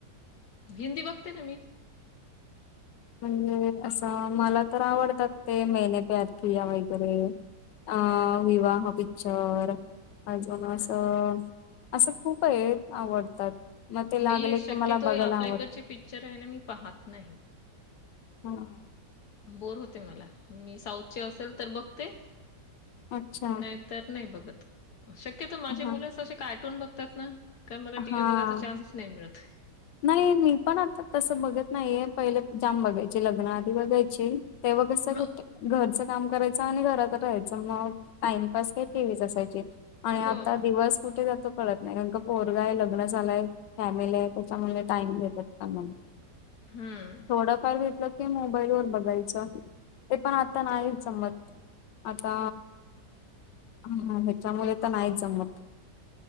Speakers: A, on the left; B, on the left.
A: हिंदी बघते ना मी.
B: म्हणजे असं मला तर आवडतात ते मेने प्यारकिया वगैरे अ विवाह पिक्चर! अजून असं
A: हा,
B: असं खूप आहे आवडतात. मग ते लागले
A: बाई
B: की
A: शक्यतो
B: मला बघायला
A: आहे आपल्या
B: आवडत.
A: इकडचे पिक्चर आहे ना मी पाहत नाही.
B: हा!
A: बोर होते मला, मी साऊथ चे असेल तर बघते
B: अच्छा
A: नाही तर नाही बघत शक्यतो माझे
B: हा
A: मुलंच असे कार्टून बघतात ना. करण मला टीव्ही
B: हा
A: बघायचा चान्स नाही मिळत.
B: नाही मी पण आता तसं बघत नाहीये पहिले जाम बघायचे लग्न आधी बघायचे. तेव्हा कसं
A: ह
B: घट घरचं काम करायचं घरात राहायच मग टाइमप काय टी व्हि च असायची, आणि आता
A: हो
B: दिवस कुठे जातोय कळत नाही कारण पोरगा आहे लग्न झालाय फॅमिली आहे. त्याच्यामुळे टाईम भेटत का मला.
A: हम्म!
B: थोडंफार भेटल की मोबाईल वर बघायचं, ते पण आता
A: होते
B: नाही जमत. आता ह ह्याच्यामुळे तर नाही जमत.